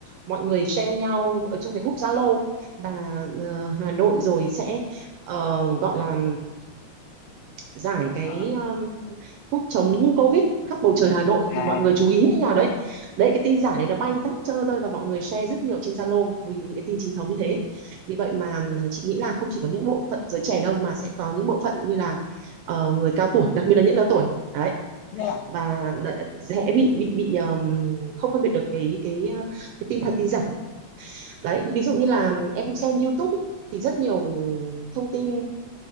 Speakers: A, on the right (about 75°); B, on the left (about 80°).
A: mọi người share nhau ở trong cái group Zalo là ờ, Hà Nội rồi sẽ ờ, gọi là giải cái
B: Ờ,
A: ờ, thuốc chống Covid khắp bầu trời Hà Nội
B: à
A: thì mọi người chú
B: à
A: ý như nào đấy. Đấy cái tin giả này nó bay tắp trơ rơi và mọi người share rất nhiều trên Zalo vì những cái tin chính thống như thế. Vì vậy mà chị nghĩ là không chỉ có những bộ phận giới trẻ đâu mà sẽ có những bộ phận như là ờ, người cao tuổi, đặc biệt là những cao tuổi. Đấy
B: dạ
A: và dễ bị bị bị ờm, không phân biệt được cái cái ờ, cái tin thật tin giả. Đấy, ví dụ như là em xem YouTube ý, thì rất nhiều thông tin